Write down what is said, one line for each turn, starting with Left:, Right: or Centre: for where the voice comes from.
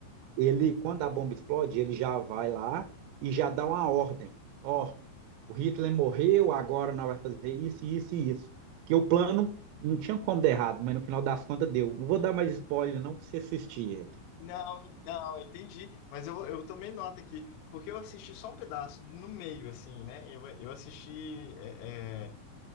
Right: ele, quando a bomba explode, ele já vai lá e já dá uma ordem. Ó, o Hitler morreu, agora nós vai fazer isso, isso e isso. Porque o plano não tinha como dar errado, mas no final das contas deu. Não vou dar mais spoiler, não, pra você assistir ele.
Left: Não, não, entendi. Mas eu, eu tomei nota aqui, porque eu assisti só um pedaço, no meio, assim, né? Eu, eu assisti. é, é,